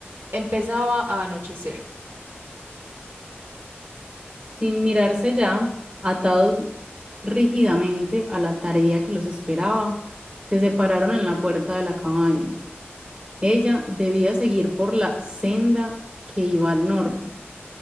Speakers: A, on the right (about 60°); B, on the right (about 25°).
A: Empezaba a anochecer.
B: Sin mirarse ya, atados rígidamente a la tarea que los esperaba, se separaron en la puerta de la cabaña Ella debía seguir por la senda que iba al norte.